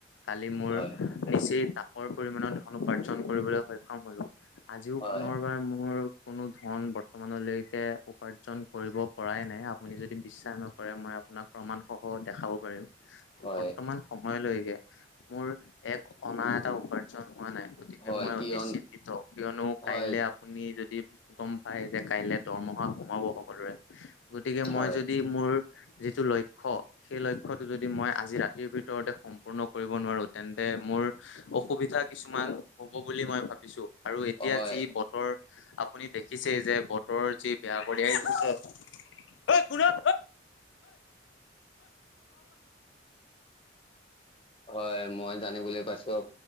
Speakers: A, on the left (about 75°); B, on the left (about 30°).
A: কালি মোৰ
B: হয়
A: নিচেই তাকৰ পৰিমানৰ ধন উপাৰ্জন কৰিবলৈ সক্ষম হলো। আজিও
B: হয়
A: পুনৰবাৰ মোৰ কোনো ধন বৰ্তমানলৈকে উপাৰ্জন কৰিব পৰাই নাই আপুনি যদি বিশ্বাস নকৰে মই আপোনাক প্ৰমাণসহ দেখাব পাৰিম
B: হয়
A: বৰ্তমান সময়লৈকে মোৰ এক অনা এটা উপাৰ্জন হোৱা নাই। গতিকে
B: হয়
A: মই
B: কিয়ন
A: অতি চিন্তিত কিয়নো
B: হয়
A: কাইলে আপুনি যদি গম পায় যে কাইলে দৰমহা সোমাব সকলোৰে গতিকে
B: হয়
A: মই যদি মোৰ যিটো লক্ষ্য সেই লক্ষ্যটো যদি মই আজি ৰাতিৰ ভিতৰতে সম্পূৰ্ণ কৰিব নোৱাৰো তেন্তে মোৰ অসুবিধা কিছুমান হ'ব বুলি মই ভাবিছো আৰু এতিয়া
B: হয়
A: যি বতৰ আপুনি দেখিছেই যে বতৰৰ যি বেয়া কৰি আহিছে। ঐ কোন অ
B: হয় মই জানিবলৈ পাইছো।